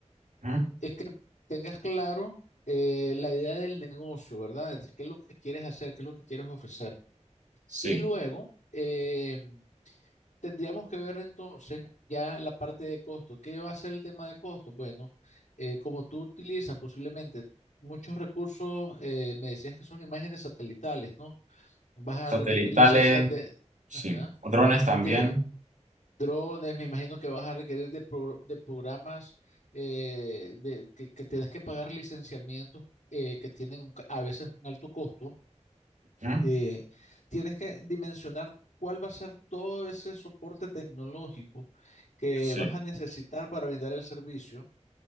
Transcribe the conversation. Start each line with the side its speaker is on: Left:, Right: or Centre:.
Right: ujú,
Left: es que tengas claro eh, la idea del negocio, ¿verdad? Es ¿Qué es lo que quieres hacer? ¿Qué es lo que quieres ofrecer?
Right: sí.
Left: Y luego eh, tendríamos que ver entonces ya la parte de costo. ¿Qué va a ser el tema de costo? Bueno, eh, como tú utilizas posiblemente muchos recursos, eh, me decías que son imágenes satelitales, ¿no? Vas a
Right: Satelitales,
Left: requerir licencias de,
Right: sí.
Left: ajá,
Right: Drones también.
Left: de drones, me imagino que vas a requerir de, pro- de programas eh, de, que, que tienes que pagar licenciamientos eh, que tienen un ca- a veces un alto costo
Right: ujú,
Left: eh, tienes que dimensionar cuál va a ser todo ese soporte tecnológico que
Right: Sí,
Left: vas a necesitar para brindar el servicio